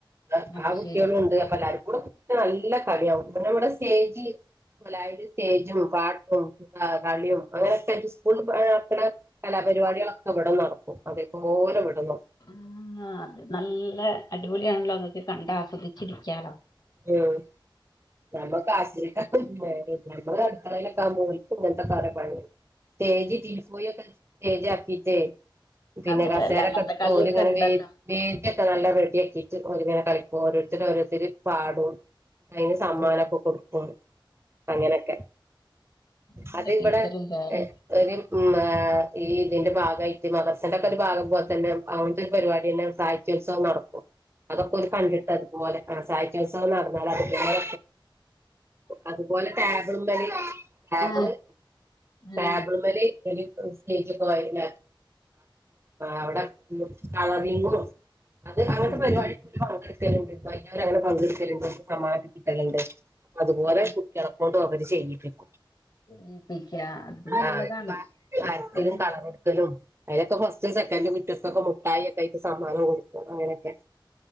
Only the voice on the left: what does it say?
അത്
ശരി
മ് മ്മ അത് നല്ല അടിപൊളിയാണല്ലോ ഇങ്ങക്ക് കണ്ട് ആസ്വദിച്ചിരിക്കാലോ.
അതെ
അല്ല അങ്ങനത്തെ
കളിയൊക്കെ
ഇണ്ടല്ലോ
ഓ
അന്നെ
ടീച്ചറും
സാറും
ഉ
ആ ഉം
ഉം
ഉം,
ആ
ഏൽപ്പിക്ക അത് നല്ലതാണ്
ഇപ്പഴേ